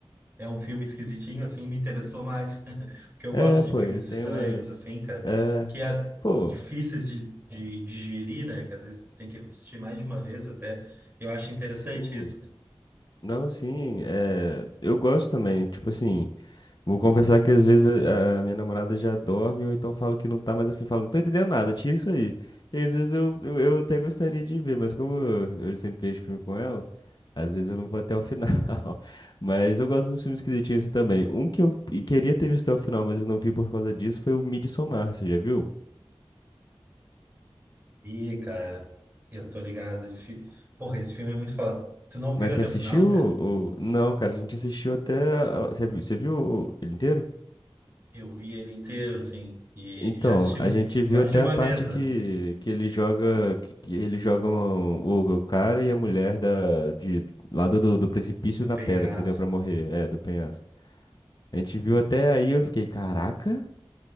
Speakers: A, on the right (about 25°); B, on the left (about 50°).
A: É um filme esquisitinho, assim, me interessou mais. <laughs> Porque eu
B: É,
A: gosto
B: pô,
A: de filmes
B: ele tem
A: estranhos,
B: umas
A: assim, cara,
B: é,
A: que é
B: pô,
A: difíceis de, de digerir, né? Que às vezes tem que assistir mais de uma vez até. Eu acho interessante
B: sim.
A: isso, cara.
B: Não, sim, é, eu gosto também. Tipo assim, vou confessar que às vezes a, a minha namorada já dorme ou então fala que não tá mais afim, fala, não tô entendendo nada, tira isso aí. E às vezes eu, eu, eu até gostaria de ver, mas como eu, eu sempre vejo filme com ela, às vezes eu não vou até o final. <laughs> Mas eu gosto dos filmes esquisitinhos assim também. Um que eu e queria ter visto até o final, mas eu não vi por causa disso, foi o Midsommar, você já viu?
A: Ih, cara, eu tô ligado. Esse fi... Porra, esse filme é muito foda. Tu não
B: Mas
A: viu até
B: você assistiu?
A: o final, cara?
B: ou- Não, cara, a gente assistiu até. a- Você, vi- você viu o- ele inteiro?
A: Eu vi ele inteiro, assim, e
B: Então,
A: já assisti
B: a gente viu
A: mais
B: até
A: de uma
B: a parte
A: vez,
B: que,
A: né?
B: que ele joga, que, que eles jogam o, o cara e a mulher da, de lado do, do precipício
A: Do
B: na
A: Penhaço.
B: pedra, entendeu? Pra morrer, é, do penhasco. A gente viu até aí, eu fiquei, caraca,